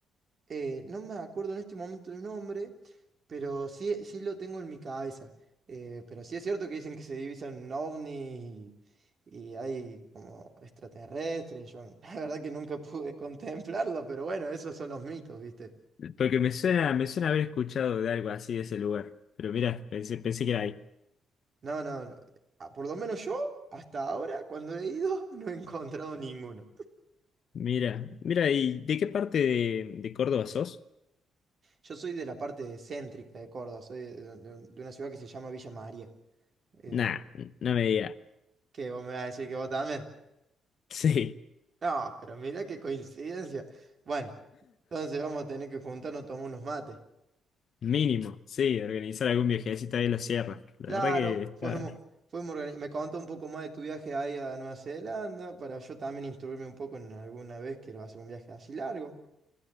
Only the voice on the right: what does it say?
Eh, no me acuerdo en este momento el nombre, pero sí, sí lo tengo en mi cabeza. Eh, pero sí es cierto que dicen que se divisan ovnis y, y hay como extraterrestres. Yo <laughs> la verdad que nunca pude contemplarlo, pero bueno, esos son los mitos, ¿viste?
No, no, no. Ah, Por lo menos yo, hasta ahora, cuando he ido, <laughs> no he encontrado ninguno.
Yo soy de la parte céntrica de Córdoba, soy de, de- de una ciudad que se llama Villa María. Em,
¿qué vos me vas a decir que vos también?
No, pero mira qué coincidencia. Bueno, entonces vamos a tener que juntarnos a tomar unos mates.
Claro,
podemos, podemos organizar. Me contó un poco más de tu viaje ahí a Nueva Zelanda para yo también instruirme un poco en alguna vez que hacer un viaje así largo.